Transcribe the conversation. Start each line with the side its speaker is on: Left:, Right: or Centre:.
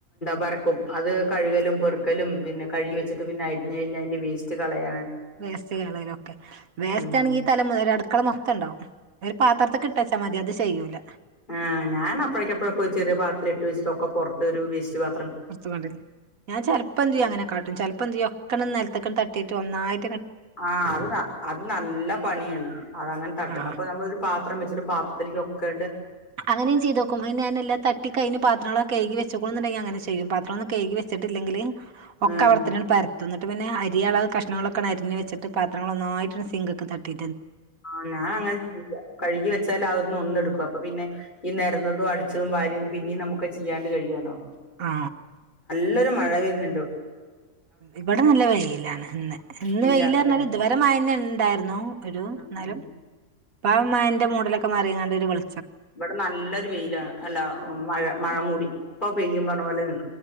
Left: വറക്കും അത് കഴുകലും പെറുക്കലും പിന്നെ കഴുകി വെച്ചിട്ട് പിന്നെ അരിഞ്ഞ് കഴിഞ്ഞ് അതിന്റെ വേസ്റ്റ് കളയ
Right: വേസ്റ്റ്കളയാലുമൊക്കെ വേസ്റ്റ്
Left: ഉം
Right: ആണെങ്കി തലമൊതല് അടുക്കള മൊത്തം ണ്ടാവും ഒരു പാത്രത്തി ഇട്ടച്ചാ മതി അത് ചെയ്യൂല
Left: ആ ഞാൻപ്പഴേക്കെപ്പോഴൊക്കെ ഒരു ചെറിയാപത്ത ഇട്ട് വെച്ചിട്ടൊക്കെ പൊറത്ത് ഒരു വേസ്റ്റ് പാ
Right: <unintelligible> ഞാൻ ചെലപ്പോ എന്തുചെയ്യും അങ്ങനെ കാട്ടും ചെലപ്പോ എക്കന്നെ നെലത്ത്‌ക്ക് തട്ടിട്ട് ഒന്നായി
Left: ആ അത് അത് നല്ല പണിയാണ് അതങ്ങനെ തട്ടുന്ന
Right: ആഹ്
Left: അപ്പൊ നമ്മളോരു പാ ത്രം വെച്ചിട്ട് പാത്രത്തിലേക്ക് ഒക്കെ
Right: അങ്ങനെ ഞാൻ ചെയ്യ്തേക്കും അ ഞാൻ എല്ലാം തട്ടി കൈയിഞ്ഞ് പാത്രങ്ങളക്ക കയികി വെച്ചു <unintelligible> അങ്ങനെ ചെയ്യും പാത്രം ഒന്നും കഴുകി വെച്ചിട്ടില്ലങ്കില് ഒക്കെ
Left: ഉം
Right: അവിടത്തന്നാണ് പര ത് നിട്ട് പിന്നെ അരിയള കഷണങ്ങളൊക്കണരിഞ്ഞ് വെച്ചിട്ട് പത്രങ്ങളൊന്നായിട്ട് സിങ്കക്കെ തട്ടി
Left: ആ ഞാനങ്ങനെ ചെയ്യില്ല കഴ്കി വെച്ചാല് ആഅ്ന്ന് ഒന്നട്ക്കും അപ്പൊ പിന്നെ ഈ നെരന്നതും അടിച്ചതും വാര്യതും പിന്നിം നമുക്കഅ് ചെയ്യാണ്ട് കഴിയാലോ
Right: ആ
Left: ല്ലൊരു മഴ വെര്ന്ന്ണ്ട്
Right: ഇവിടെ നല്ല വെയിലാണ് ഇന്ന് ഇന്ന്
Left: വെയിലാണല്ലേ
Right: വെയിലർഞ്ഞാല് ഇത് വരെ മഴ ന്നെണ്ടായിര് ന്നോ ഒരു
Left: ഉം
Right: ന്നാലും
Left: ഉം
Right: പ്പംമഴന്റെ മു വെയ്ലൊക്കെ മാറിങ്ങാണ്ട് ഒരു വെൾ
Left: ഇബടെ നല്ലൊരു വെയിലാ അല്ല മഴ മഴ മൂടി ഇപ്പ പെയ്യും പർഞ്ഞ പോലെ നി